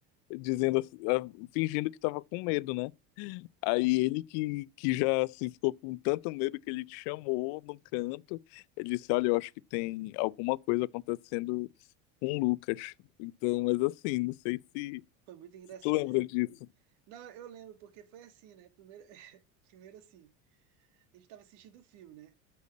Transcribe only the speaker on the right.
Foi muito engraçado
esse
vídeo. Não, eu lembro, porque foi assim, né? Primeiro, <laughs> primeiro assim, a gente tava assistindo o filme, né?